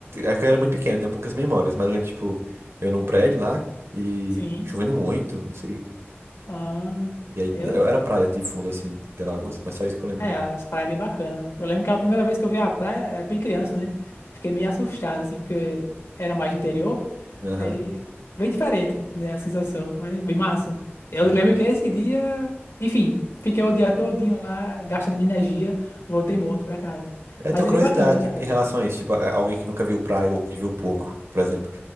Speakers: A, on the right; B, on the left.
A: é que eu era muito pequeno, tenho poucas memórias, mas eu lembro, tipo, eu num prédio lá e
B: Sim.
A: chovendo muito, não sei.
B: Ah,
A: E aí
B: eu.
A: eu- era praia de fundo, assim, de Alagoas,
B: Sim.
A: mas só isso que eu lembro
B: É,
A: mesmo.
B: as praias é bem bacanas. Eu lembro que a primeira vez que eu vi a praia era bem criança, né? Fiquei meio assustado, assim, porque era mais de interior.
A: Aham.
B: Aí, bem diferente, né? A sensação. Mas bem massa. Eu
A: Entendi.
B: lembro que esse dia. Enfim, fiquei o dia todinho lá, gastando minha energia, voltei morto pra casa.
A: Eu
B: Mas
A: tenho
B: é
A: curiosidade
B: bem bacana, cara.
A: em relação a isso, tipo, a- alguém que nunca viu praia ou que viu pouco, por exemplo.